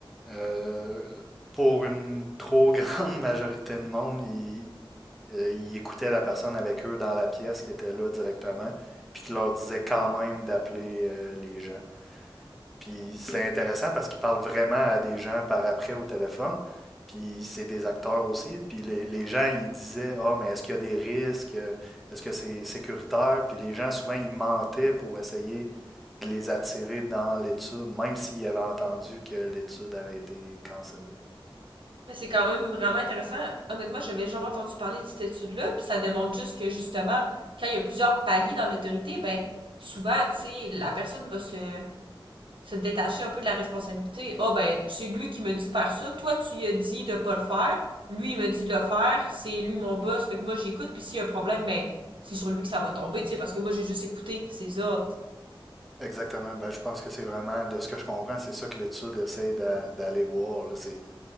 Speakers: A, in the centre; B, on the right.
A: Euh, pour une trop <laughs> grande majorité de monde, ils, euh, ils écoutaient la personne avec eux dans la pièce qui était là directement, puis qui leur disait quand même d'appeler euh, les gens. Puis c'est intéressant parce qu'ils parlent vraiment à des gens par après au téléphone. Puis c'est des acteurs aussi. Puis les, les gens, ils disaient Ah, mais est-ce qu'il y a des risques Est-ce que c'est sécuritaire Puis les gens, souvent, ils mentaient pour essayer de les attirer dans l'étude, même s'ils avaient entendu que l'étude avait été cancellée.
B: Mais c'est quand même vraiment intéressant. Honnêtement, j'avais jamais entendu parler de cette étude-là, puis ça démontre juste que justement, quand il y a plusieurs paliers dans l'autorité, ben souvent, tu sais, la personne va se se détacher un peu de la responsabilité. Ah oh, ben, c'est lui qui me dit de faire ça, toi tu lui as dit de pas le faire, lui il me dit de le faire, c'est lui mon boss, fait que moi j'écoute, puis s'il y a un problème, ben c'est sur lui que ça va tomber, tu sais, parce que moi j'ai juste écouté ses ordres.
A: Exactement. Ben, je pense que c'est vraiment, de ce que je comprends, c'est ça que l'étude essaie d'a- d'aller voir. là. C'est